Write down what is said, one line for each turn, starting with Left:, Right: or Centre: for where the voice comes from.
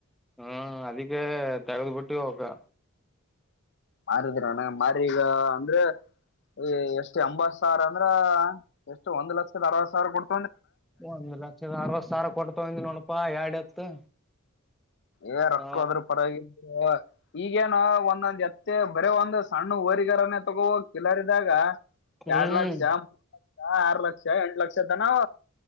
Centre: ಹ್ಮ್ ಅದಕ್ಕೆ ತಗದುಪಟ್ಟು ಹ
Left: ಮಾರಿದ್ರಣ ಮಾರೀಗ ಅಂದ್ರೆ ಈ ಎಷ್ಟ್ ಎಂಬತ್ ಸಾವಿರ ಅಂದ್ರ ಎಷ್ಟು ಒಂದ್ ಲಕ್ಷದ ಅರವತ್ ಸಾವಿರ ಕೊಡ್
Centre: ಒಂದ್ ಲಕ್ಷದ ಅರವತ್ ಸಾವಿ ಕೊಡ್ತಾವಂದ ನೋನಪಾ ಎರಡ್ ಎತ್ತು
Left: ಏ ರೊಕ್ಕ
Centre: ಹ
Left: ಅದ್ರೂ ಪರವಾಗಿ ಈಗೇನ್ ಒಂದೊಂದ್ ಎತ್ತೆ ಬರ ಒಂದ್ ಸಣ್ಣ ಓರಿಗರನೆೇ ತಗೋ ಕಿಲರಿದಾಗ
Centre: ಹ್ಮ್
Left: ಎರಡ್ ಲಕ್ಷ ಮೂರ್ ಲಕ್ಷ ಆರು ಲಕ್ಷ ಎಂಟ ಲಕ್ಷ ತನಾವ